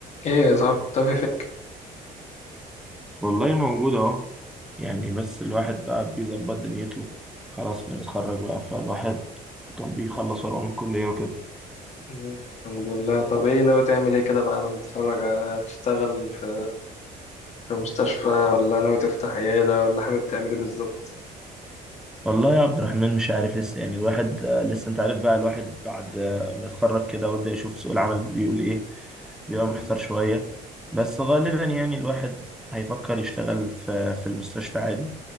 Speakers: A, on the left; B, in the centre.
A: ايه يا صاحبي مختفي فين
B: والله موجود اهو يعني بس الواحد بقى بيظبط دنيته خلاص بنتخرج بقى فالواحد كان بيخلص ورقه من الكلية وكده
A: مم. الحمد لله طب ايه ناوي تعمل ايه كده بعد ما تتخرج آه، تشتغل في في مستشفى ولا ناوي تفتح عيادة ولا حابب تعمل ايه بالظبط
B: والله يا عبد الرحمن مش عارف لسه يعني الواحد آه، لسه انت عارف بقى الواحد بعد آه، ما يتخرج كده ويبدأ يشوف سوق العمل بيقول ايه بيبقى
A: مم.
B: محتار شوية بس غالبا يعني الواحد هيفكر يشتغل في في المستشفى عادي